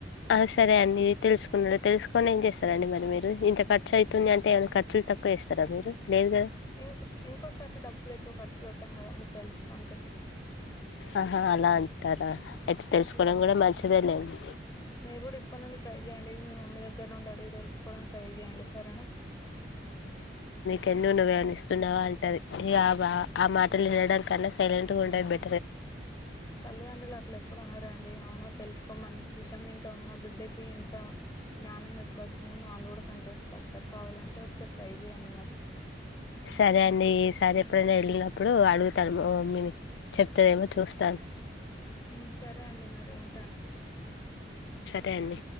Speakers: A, on the left; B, on the left.
A: ఆ సరే అండి తెలుసుకున్నరు తెలుసుకొని ఏం చేస్తారండి మరి మీరు ఇంత ఖర్చు అయితుంది అంటే ఏమన్న ఖర్చు తక్కువ వేస్తారా మీరు లేదు కదా
B: ఇంక్ ఇంకోసారికి డబ్బులు ఎక్కువ ఖర్చు పెట్టం కదండి తెలుసుకుంటే
A: ఆహా అలా అంటారా అయితే తెలుసుకోవడం
B: అట్లనే
A: కూడా మంచిదే లేండి
B: మీరు కూడా ఇప్పటి నుండి ట్రై చెయ్యండి మీ మమ్మీ ద గ్గర నుండి అడిగి తెలుసుకోవడానికి ట్రై చేయండి సరేనా
A: కెన్ను నువ్వేమన్నా ఇస్తున్నావా అంటాది ఇగ ఆ బా ఆ మాటలు వినడం కన్నా సైలెంట్ గా ఉండే బె
B: తల్లిదండ్రులు అట్ల ఎప్పుడూ అనరండి అవునా తెలుసుకో మంచి విషయం ఇంకా మా బిడ్డకి ఇంత జ్ఞానం ఎప్పుడు వచ్చిందని వాళ్ళు కూడా సంతోషప ఓక్ సారి కావాలంటే ఒకసారి ట్రై చేయండి మరి
A: సరే అండి ఈసారి ఎప్పుడైనా వెళ్ళినప్పుడు అడుగుతాను మా మమ్మిని చెప్తదేమో చూస్తాను
B: హ్మ్ సరే అండి మరి ఉంటాను
A: టెన్ని